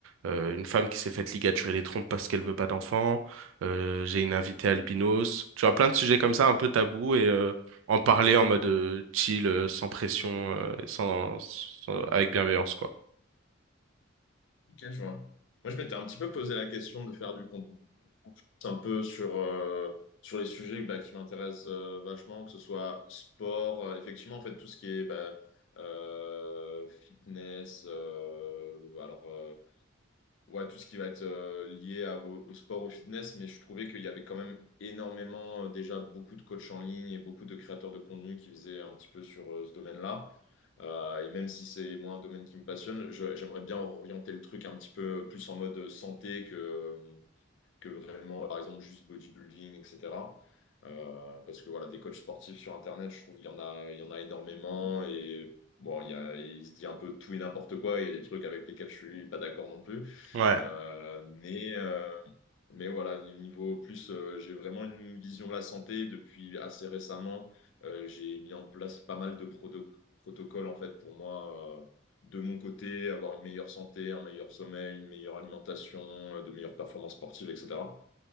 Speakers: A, on the right; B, on the left.
A: Euh, une femme qui s'est faite ligaturer les trompes parce qu'elle veut pas d'enfant. Euh, j'ai une invitée albinos. Tu vois, plein de sujets comme ça, un peu tabou. Et, euh, en parler en mode euh, chill, euh, sans pression, euh, sans, sans- avec bienveillance, quoi.
B: Ok, je vois. Moi, je m'étais un petit peu posé la question de faire du contenu un peu sur, euh, sur les sujets bah, qui m'intéressent euh, vachement, que ce soit sport, euh, effectivement, en fait, tout ce qui est bah, euh, fitness, euh, alors euh, ouais, tout ce qui va être euh, lié à- au, au sport, au fitness, mais je trouvais qu'il y avait quand même énormément, euh, déjà beaucoup de coachs en ligne et beaucoup de créateurs de contenu qui faisaient un petit peu sur euh, ce domaine-là. Euh, et même si c'est moi un domaine qui me passionne, je- j'aimerais bien orienter le truc un petit peu plus en mode euh, santé que, euh, que vraiment, par exemple, juste bodybuilding, etc. Euh, parce que voilà, des coachs sportifs sur Internet, je trouve qu'il y en a, il y en a énormément et bon, il, y a, il se dit un peu tout et n'importe quoi. Il y a des trucs avec lesquels je suis pas d'accord non plus.
A: Ouais.
B: Euh, mais, euh, mais voilà, au niveau plus, euh, j'ai vraiment une vision de la santé depuis assez récemment. Euh, j'ai mis en place pas mal de prodo- protocoles en fait pour moi. euh, de mon côté, avoir une meilleure santé, un meilleur sommeil, une meilleure alimentation, euh, de meilleures performances sportives, etc.